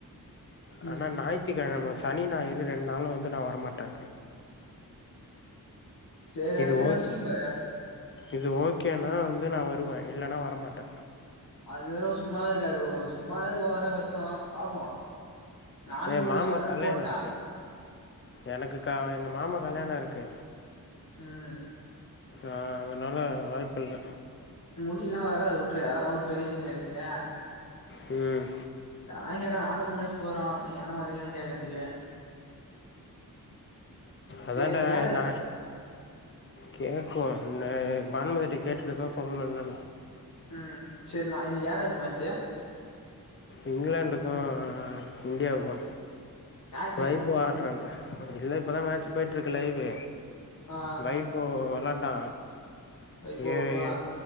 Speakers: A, on the left; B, on the left.
A: ம்
B: அனா ஞாயித்திகெழம சனி ஞாயிறு ரெண்டு நாளு வந்து நா வரமாட்டே
A: சரி ஆயிட்டா
B: இது ஓகே
A: சொல்லிப்பாரு
B: இது ஓகேன்னா வந்து நா வருவே இல்லன்னா வரமாட்டே
A: அதுறோ சும்மாவே இருக்காது சும்மாவாவே ஓவரா கத்து பாப்போ நானு
B: ஏ
A: மூணு
B: மாமா
A: சவரன்
B: கல்யாணம்
A: போட்ட
B: இருக்குது எனக்கு க எங்க மாமா கல்யாண இருக்கு
A: ம்
B: ஆ அதனால வாய்ப்பு இல்ல
A: முடில்லா வேற உட்ரு அதெல்லா ஒரு பெரிய விஷ்ய கெடயாது வேற
B: ம்
A: சான் கேட்டே நானு மூனியஷ் போறோ நீ ஏனா வர்ரிங்களானு கேக்குறதுக்கு
B: அதான்ட
A: சரி இன்னைக்கு யார் யாரு
B: நா கேக்கு என்ன பானுமதிட்ட கேட்ருக்கோ சொன்னன்ல
A: ம் சரி நா இன்க்கு யாராரு மேட்ச்சு
B: இங்குலாண்டுக்கு இந்தியாவுக்கு
A: யாரு ஜெயிச்சது
B: வைபு ஆடுறான்டா இல்ல இப்பதா மேட்ச் போய்ட்டு இருக்கு லைவு
A: ஆ
B: வை இப்போ வெளாண்டா
A: ஐ போ
B: ஏ
A: ஆ
B: ஏ